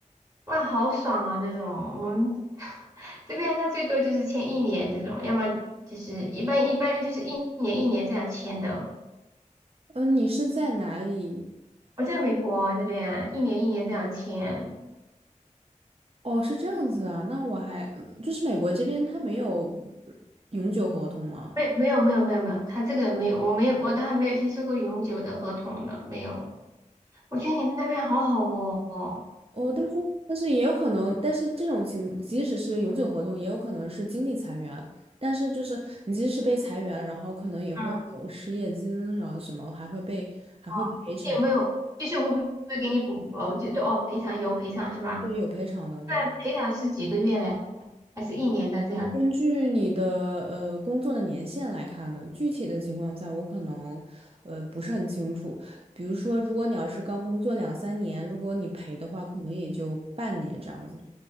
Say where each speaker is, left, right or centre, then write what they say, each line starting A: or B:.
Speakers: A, on the right (about 25°); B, on the right (about 45°).
A: 哇，好爽啊！这种我们 <laughs> 这边他最多就是签一年这种，要么就是一般一般就是一年一年这样签的。
B: 嗯，呃你是在哪里？
A: 我在美国啊这边啊一年一年这样签，
B: 哦，是这样子啊，那我还就是美国这边它没有永久合同吗？
A: 没没有没有没有没有，他这个没有，我没有我都还没有听说过永久的合同的，没有。我觉得你们那边好好哦。
B: 哦，但是但是也有可能，但是这种情即使是永久合同，也有可能是经济裁员。但是就是你即使被裁员，然后可能也会有失业金，
A: 嗯，
B: 然后什么还会被还会赔偿，
A: 哦，有没有？就是会不会给你补？哦，就对哦，赔偿有赔偿是吧？
B: 对，有赔偿的，对。
A: 那赔偿是几个月嘞？还是一年的这样？
B: 根据你的呃工作的年限来看的，具体的情况下我可能呃不是很清楚。比如说，如果你要是刚工作两三年，如果你赔的话，可能也就半年这样子，